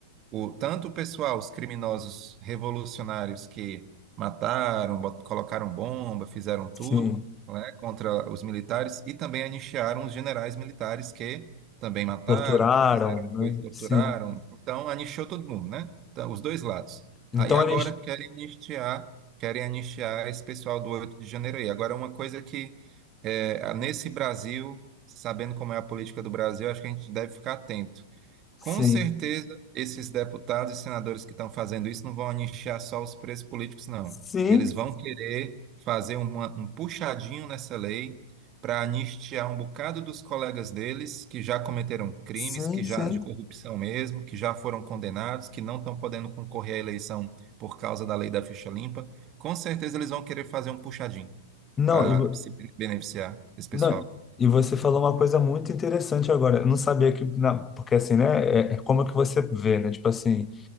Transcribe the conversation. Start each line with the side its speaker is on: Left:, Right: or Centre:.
Right: o, tanto o pessoal, os criminosos revolucionários que mataram, bot- colocaram bomba, fizeram tudo,
Left: Sim.
Right: né, contra os militares, e também anistiaram os generais militares que também mataram,
Left: Torturaram,
Right: que fizeram
Left: né?
Right: coisa, torturaram.
Left: Sim.
Right: Então, anistiou todo mundo, né? Então, os dois lados.
Left: Então
Right: Aí agora
Left: eles.
Right: querem anistiar, querem anistiar esse pessoal do 8 de janeiro aí. Agora, uma coisa que é, nesse Brasil, sabendo como é a política do Brasil, acho que a gente deve ficar atento
Left: Sim.
Right: com certeza, esses deputados e senadores que estão fazendo isso não vão anistiar só os presos políticos, não.
Left: Sim.
Right: Eles vão querer fazer uma- um puxadinho nessa lei para anistiar um bocado dos colegas deles que já cometeram crimes,
Left: Sim,
Right: que
Left: sim.
Right: já de corrupção mesmo, que já foram condenados, que não estão podendo concorrer à eleição por causa da lei da ficha limpa. Com certeza, eles vão querer fazer um puxadinho
Left: Não,
Right: para
Left: e, vo-
Right: se beneficiar desse pessoal.
Left: não, e você falou uma coisa muito interessante agora. Eu não sabia que. na- porque assim, né? É, é como é que você vê, né? Tipo assim.